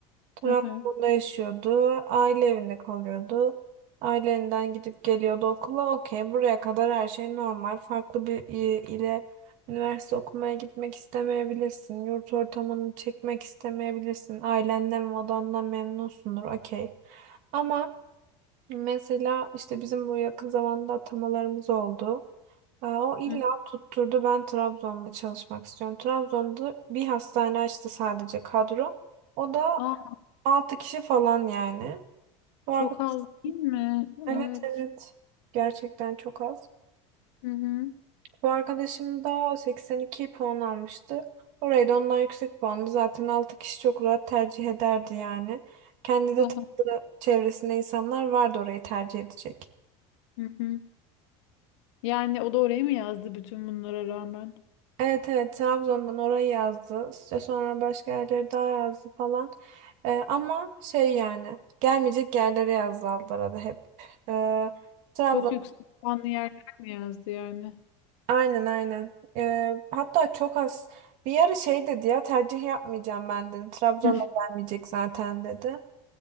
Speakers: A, on the right; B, on the left.
A: Trabzon'da
B: Hı hı.
A: yaşıyordu. Aile evinde kalıyordu. Ailelerinden gidip geliyordu okula. Okey, buraya kadar her şey normal. Farklı bir i- ile üniversite okumaya gitmek istemeyebilirsin. Yurt ortamını çekmek istemeyebilirsin. Ailenden ve odandan memnunsundur. Okey. Ama mesela işte bizim bu yakın zamanda atamalarımız oldu. Ee, O illa
B: Hı.
A: tutturdu ben Trabzon'da çalışmak istiyorum. Trabzon'da bir hastane açtı sadece kadro. O da
B: Aa,
A: Altı kişi falan yani. Bu
B: çok
A: arkadaş
B: az değil mi?
A: evet
B: Evet.
A: evet gerçekten çok az.
B: Hı hı.
A: Bu arkadaşım da 82 puan almıştı. Orayı da ondan yüksek puanlı. Zaten altı kişi çok rahat tercih ederdi yani. Kendi de
B: Aha.
A: tanıdığı çevresinde insanlar vardı orayı tercih edecek.
B: Hı hı. Yani o da oraya mı yazdı bütün bunlara rağmen?
A: Evet evet Trabzon'dan orayı yazdı. İşte sonra başka yerleri daha yazdı falan. Ee, ama şey yani gelmeyecek yerlere yazdı Aldara'da hep. Ee, Trabzon
B: Çok yüksek puanlı yerler mi yazdı yani?
A: Aynen aynen. Ee, hatta çok az bir ara şey dedi ya tercih yapmayacağım ben dedi. Trabzon'a
B: <laughs>
A: gelmeyecek zaten dedi.